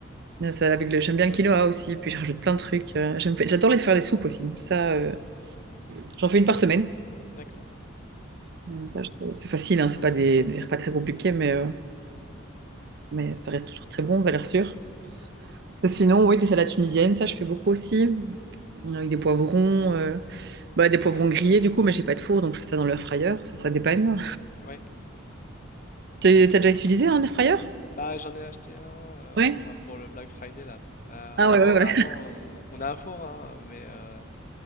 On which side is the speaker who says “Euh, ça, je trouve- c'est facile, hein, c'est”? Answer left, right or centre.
Right